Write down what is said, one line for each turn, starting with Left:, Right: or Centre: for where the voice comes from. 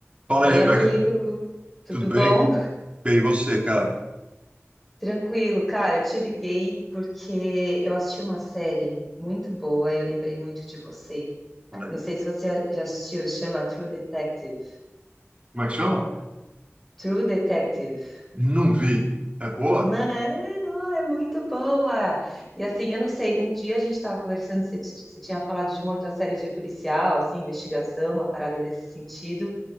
Right: Fala
Centre: Oi,
Right: aí, Rebeca,
Centre: amigo, tudo
Right: tudo bem?
Centre: bom?
Right: Bem, e você, cara?
Centre: Tranquilo, cara, te liguei porque eu assisti uma série muito boa e eu lembrei muito de você.
Right: Fala aí.
Centre: Não sei se você já assistiu, chama True Detective.
Right: Como é que chama?
Centre: True Detective.
Right: Não vi. É boa?
Centre: Mano, é muito boa! E assim, eu não sei, um dia a gente estava conversando, você, ti- você tinha falado de uma outra série de policial, assim, investigação, uma parada desse sentido,